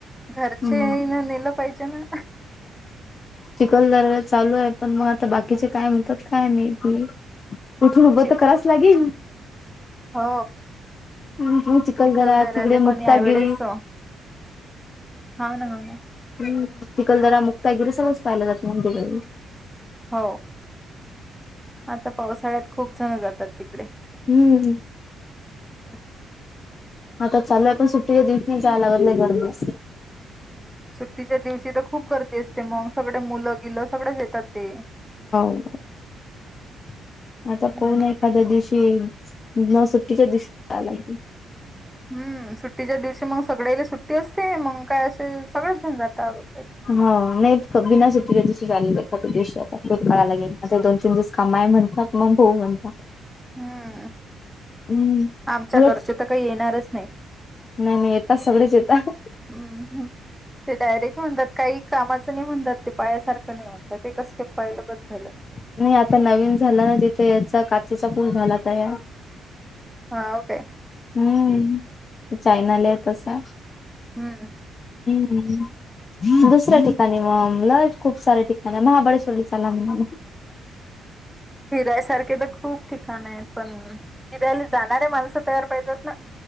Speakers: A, in the centre; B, on the left.
A: घरचे
B: हम्म
A: ना नेलं पाहिजे ना.
B: चिखलदरा चालू आहे पण मग आता बाकीचे काय मिळतात काय नाही. पुठून उभं
A: चिक
B: तर कराच लागेल
A: हो
B: मग चिखलदरा
A: चिखलधऱ्याले
B: तिकडे मुक्तागिरी
A: पण यावडेच होा ना हो ना
B: हम् तिकल जरा मुक्ता गेलं सगळंच पाहिलं जात मग तिकडे
A: हो आता पावसाळ्यात खूप जातात तिकडे
B: हम्म
A: हम्म.
B: आता चालूय पण सुट्टीच्या दिवस नाही जायला लागत नाही गर दिवस.
A: सुट्टीच्या दिवशी तर खूप गर्दी असते मग सगळे मुलं गिलं सगळेच येतात ते.
B: <inaudible> आता पहन
A: मग
B: एखाद्या दिवशी न सुट्टीच्या दिवशीलाय.
A: हम्म सुट्टीच्या दिवशी मग सगळ्या सुट्टी असते मग काय असे सगळेच जण जातात.
B: ह नाहीच बना सती गती. चालले पतदेशाचा भूतकाळाला गेले आता दोन तीन दिवस कामाय म्हणतात मग भाऊ म्हणतात.
A: हम्म
B: हम्म.
A: आमच्या
B: उलट
A: घरचे तर काय येणारच नाही.
B: नाही, नाही येतात सगळेच येतात.
A: हम्म ते डायरेक्ट म्हणतात काही कामाचं नाही म्हणतात ते पायासारखं नाही म्हणतात ते कसं का पाया ल बत झालं
B: नाही आता नवीन झालं ना तिथे याचा काचेचा पूल झाला तयार
A: हा ओ काय?
B: हम्म चायनाला य तसा
A: हम्म
B: हम् दुसऱ्या ठिकाणी मग लयच खूप साऱ्या ठिकाणी महाबळेश्वरला चला म्हणून
A: फिरायसारखे तर खूप ठिकाण आहेत पण फिरायला जाणारे माणसं तयार पाहिजेत ना?